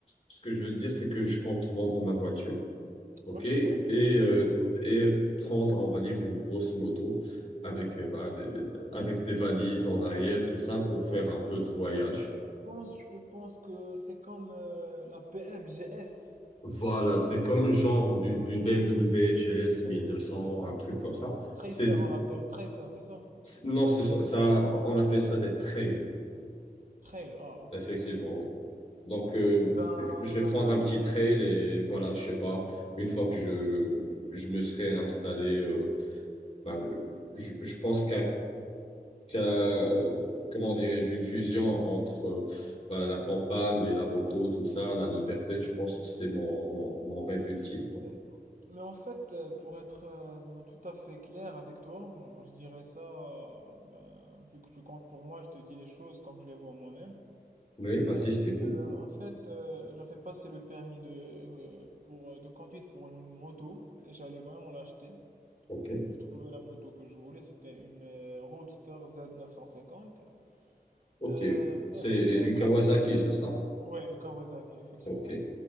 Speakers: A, on the left (about 40°); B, on the right (about 55°).
A: ce que je veux dire, c'est que je compte vendre ma voiture, ok,
B: oui,
A: et,
B: oui, effectivement.
A: euh, et prendre, on va dire, une grosse moto avec,
B: D'accord.
A: euh, bah, des, des- avec des valises en arrière, tout ça, pour
B: Ouais,
A: faire un
B: euh,
A: peu de voyage.
B: je pense, je pense que c'est comme euh, la PM GS,
A: Voilà,
B: GS
A: c'est
B: 1200.
A: comme le genre
B: bon,
A: du- d'une BMW GS
B: C'est,
A: 1200,
B: ouais,
A: un truc
B: euh,
A: comme ça.
B: Tracer,
A: C'est,
B: on l'appelle Tracer, c'est ça?
A: c'est- non, c'est ça, ça- on appelle ça des trails,
B: Trail, ah, ok,
A: effectivement,
B: ok.
A: oui. Donc, euh,
B: Ben,
A: je
B: ben,
A: vais prendre un petit trail et voilà, je sais pas, une fois que je, je me serai installé, euh, ben, je, je pense qu'à, qu'à, comment dirais-je, une fusion entre euh, ben, la campagne et la moto, tout ça, la liberté, je pense que c'est mon, mon, mon rêve ultime, quoi.
B: ouais. Mais en fait, euh, pour être euh, tout à fait clair avec toi, genre, je dirais ça, euh, ben, vu que tu comptes pour moi, je te dis les choses comme je les vois moi-même.
A: Oui, vas-y, je t'écoute.
B: Euh, en fait, euh, j'avais passé le permis de, euh, pour, euh, de conduite pour une moto et j'allais vraiment l'acheter.
A: Ok.
B: J'ai trouvé la moto que je voulais, c'était une euh, Roadster Z950.
A: Ok.
B: Euh, mais,
A: C'est
B: mais après,
A: une Kawasaki, c'est ça?
B: ouais, Kawasaki, effectivement.
A: Ok.